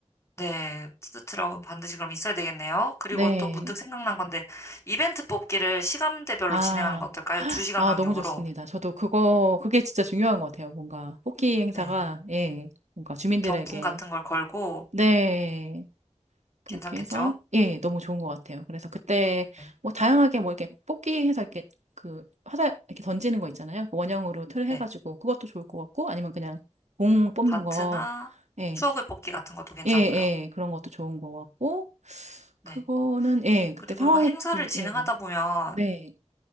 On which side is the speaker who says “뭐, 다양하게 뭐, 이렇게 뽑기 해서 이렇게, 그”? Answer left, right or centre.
Right